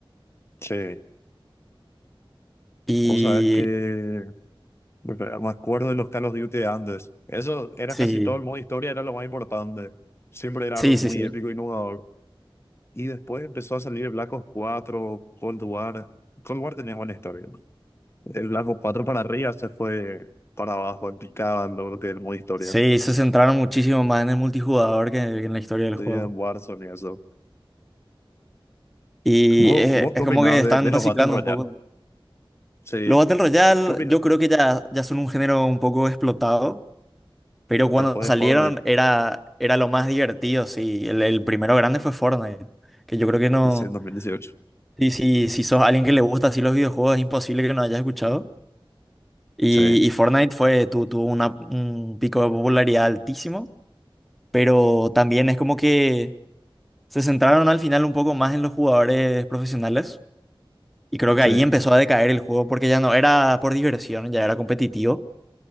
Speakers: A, on the left (about 30°); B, in the centre.
A: sí,
B: Y
A: vos sabés que porque me acuerdo de los Call of Duty de antes, eso era
B: sí,
A: casi todo el modo historia, era lo más importante, siempre era
B: sí,
A: algo muy
B: sí, sí.
A: épico y innovador. Y después empezó a salir el Black Ops 4, Cold War, Cold War tenía buena historia, el Black Ops 4 para arriba se fue para abajo, en picada, lo que es el modo historia.
B: Sí, se centraron muchísimo más en el multijugador que, que en la historia del
A: Sí,
B: juego.
A: en Warzone y eso.
B: Y
A: ¿Vos,
B: es,
A: vos
B: es
A: qué opinás
B: como que están
A: de, de los
B: reciclando
A: Battle Royale?
B: un poco.
A: Sí.
B: Los Battle Royale,
A: ¿Qué opinás
B: yo creo que ya, ya son un género un poco explotado, pero cuando
A: después
B: salieron
A: de Fortnite
B: era, era lo más divertido, sí. El, el primero grande fue Fortnite, que yo creo que no...
A: sí, en 2018?
B: Sí, sí, si sos alguien que le gusta así los videojuegos, es imposible que no hayas escuchado. Y,
A: Sí.
B: y Fortnite fue, tu- tuvo una- un pico de popularidad altísimo, pero también es como que se centraron al final un poco más en los jugadores profesionales. Y creo que
A: Sí.
B: ahí empezó a decaer el juego porque ya no era por diversión, ya era competitivo.